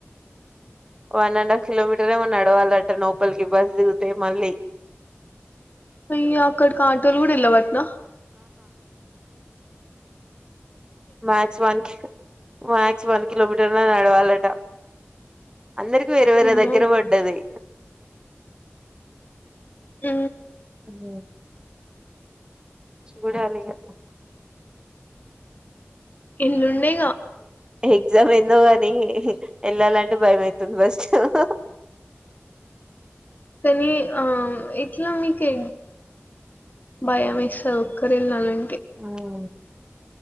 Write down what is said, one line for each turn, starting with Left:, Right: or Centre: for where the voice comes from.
Right: వన్ అండ్ హాఫ్ కిలోమీటరు ఎమో నడవాలట లోపలికిి బస్ దిగుతే మళ్ళీ
Left: అయ్య అక్కడికి ఆటోలు కూడా ఎల్లవంట్నా
Right: మక్స్ వన్ కి మ్యాక్స్ వన్ కిలోమీటర్ నడవాలట అందరికి వేరే వేరే
Left: అమ్మో!
Right: దగ్గర పడ్డది
Left: ఉ
Right: అర్రె చూడాలిగా
Left: ఎల్లుండే
Right: ఎగ్జామ్ ఎందో కాని వెళ్ళాలంటే భయం అవుతుంది ఫస్టు ఓ
Left: మీ ఆ ఇట్లా మీకె భయం వేస్తాది ఒక్కరే వెళ్ళాలం
Right: ఆవు